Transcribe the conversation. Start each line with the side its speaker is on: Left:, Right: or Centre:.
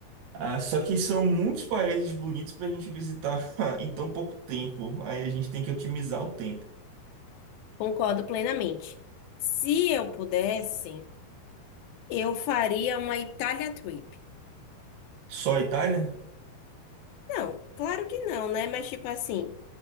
Right: Ah, só que são muitos países bonitos para a gente visitar <laughs> em tão pouco tempo. Aí a gente tem que otimizar o tempo.
Left: Concordo plenamente. Se eu pudesse, eu faria uma Itália trip.
Right: Só a Itália?
Left: Não, claro que não, né? Mas tipo assim,